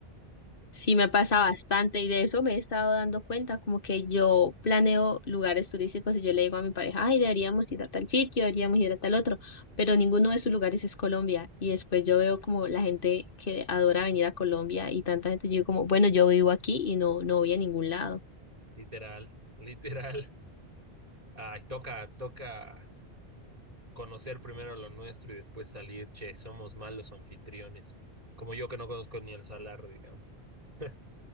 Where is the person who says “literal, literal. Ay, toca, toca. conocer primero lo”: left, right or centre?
Right